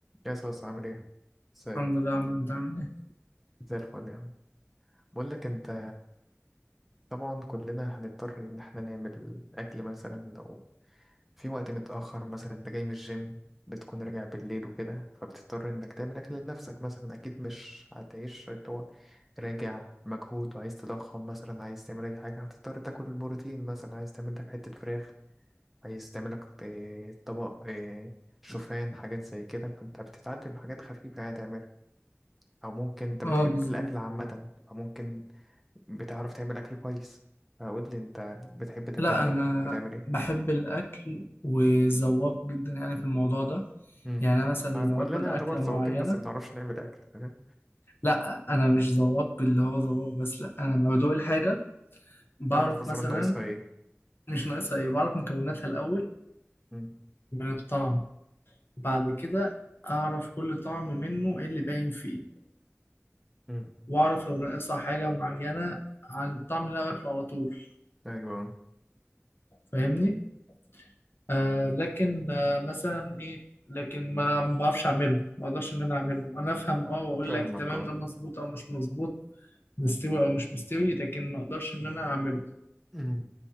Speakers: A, in the centre; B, on the left.
A: يا صوص عامل ايه؟ ازيك؟
B: الحمد لله يا عمرو انت عامل ايه
A: زي الفل يا عم بقول لك انت طبعا كلنا هنضطر ان احنا نعمل اكل مثلا لو في وقت متأخر مثلا انت جاي من الجيم بتكون راجع بالليل وكده فبتضطر انك تعمل اكل لنفسك مثلا اكيد مش هتعيش اللي هو راجع مجهود وعايز تضخم مثلا عايز تعمل اي حاجة هتضطر تاكل البروتين مثلا عايز تعمل لك حتة فراخ عايز تعمل لك إيه، طبق آه، شوفان حاجات زي كده فانت بتتعلم حاجات خفيفة يعني تعملها او ممكن انت
B: اه
A: بتحب
B: بالظبط
A: الاكل عامه فممكن بتعرف تعمل اكل كويس فقول لي انت بتحب تاكل
B: لا
A: ايه
B: انا
A: او بتحب تعمل ايه
B: بحب الاكل وذواق جدا يعني في الموضوع ده
A: مم.
B: يعني انا مثلا لما
A: كلنا
B: باكل اكله
A: يعتبر
B: معينه
A: ذواقين بس ما بنعرفش نعمل اكل فاهم
B: لا انا مش ذواق اللي هو ذواق بس لا انا لما بدوق الحاجه بعرف
A: تعرف مثلا
B: مثلا
A: ناقصها ايه
B: مش ناقصها ايه بعرف مكوناتها الاول
A: مم.
B: من الطعم بعد كده اعرف كل طعم منه ايه اللي باين فيه
A: مم.
B: واعرف لو ناقصها حاجه معينه عن الطعم اللي انا باكله على طول
A: ايوه
B: فاهمني آه لكن آه مثلا ايه لكن ما ما بعرفش اعمله ما اقدرش ان انا اعمله انا افهم اه واقول
A: فاهمك
B: لك تمام
A: اه
B: ده مظبوط او مش مظبوط مستوي او مش مستوي لكن ما اقدرش ان انا اعمله
A: مم.